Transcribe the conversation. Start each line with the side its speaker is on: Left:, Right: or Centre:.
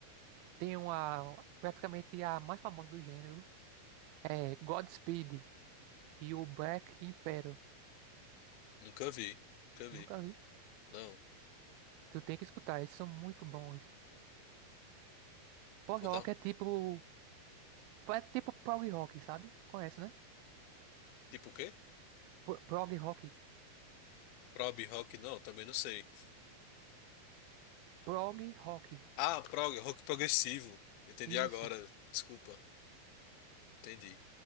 Right: Tem uma, praticamente a mais famosa do gênero, é Godspeed e o Black Emperor.
Left: Nunca vi, nunca vi.
Right: Nunca vi.
Left: Não.
Right: Tu tem que escutar, eles são muito bons. Prog-rock
Left: Vou dar. um
Right: é tipo, é tipo prog rock, sabe? Conhece, né?
Left: Tipo o quê?
Right: Pro- Prog rock.
Left: Prog rock? Não, também não sei.
Right: Prog rock.
Left: Ah, prog, rock progressivo. Entendi
Right: Isso.
Left: agora. Desculpa. Entendi.